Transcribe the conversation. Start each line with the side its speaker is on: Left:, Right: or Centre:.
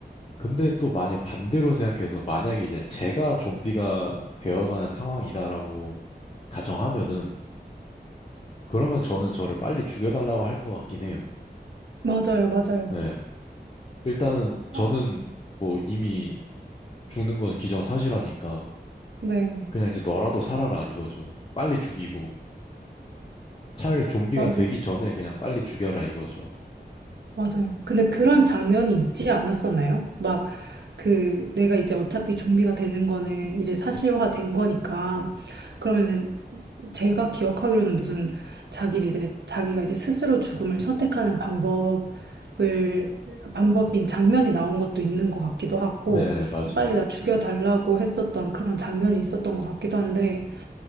Left: 근데 또 만약 반대로 생각해서, 만약에 이제 제가 좀비가 되어가는 상황이다라고 가정하면은, 그러면 저는 저를 빨리 죽여달라고 할 것 같긴 해요.
Right: 맞아요. 맞아요.
Left: 예. 일단 저는
Right: 아,
Left: 뭐 이미 죽는 건 기정사실하니까
Right: 네.
Left: 그냥 이제 너라도 살아라 이거죠. 빨리 죽이고 차라리 좀비가
Right: 맞아요.
Left: 되기 전에 그냥 빨리 죽여라 이거죠.
Right: 맞아요. 근데 그런 장면이 있지 않았었나요? 막, 그, 내가 이제 어차피 좀비가 되는 거는 이제 사실화 된 거니까, 그러면은 제가 기억하기로는 무슨 자기를 이제, 자기가 이제 스스로 죽음을 선택하는 방법을, 방법인 장면이 나온 것도 있는 것 같기도 하고,
Left: 네, 맞아요.
Right: 빨리 나 죽여달라고 했었던 그런 장면이 있었던 것 같기도 한데,